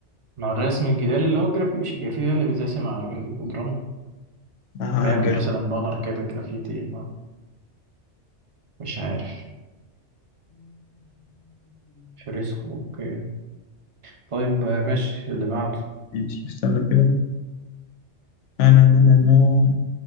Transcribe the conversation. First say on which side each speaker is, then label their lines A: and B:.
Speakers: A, on the right; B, on the left.
A: مع الرسم الجداري اللي هو الجرافيتي مش الجرافيتي ده اللي بيترسم على الجدران
B: آه
A: تعمل
B: جرافيت
A: مثلا بانر كده جرافيتي مش عارف فريسكو اوكي طيب آه، ماشي اللي بعده
B: <laughs> استنى كده آه، نا- نا- نا- نا.